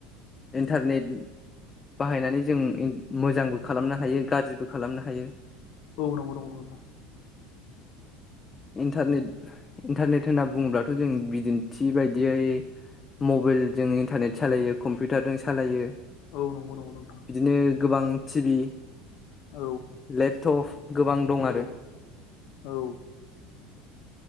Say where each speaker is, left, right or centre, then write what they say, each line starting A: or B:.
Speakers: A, on the left; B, on the left.
A: इन्टारनेट बाहायनानै जों मोजांबो खालामनो हायो गाज्रिबो खालामनो हायो।
B: औ नंगौ नंगौ नंगौ नथां।
A: इन्टारनेट इन्टारनेट होनना बुंङोब्लाथ' जों बिदिन्थि बायदियै मबाइलजों इन्टारनेट सालायो कम्पिउटारजों सालायो
B: औ नंगौ नंगौ नोंथां
A: बिदिनो गोबां टि भि
B: औ
A: लेपटप गोबां दं
B: औ
A: आरो।
B: औ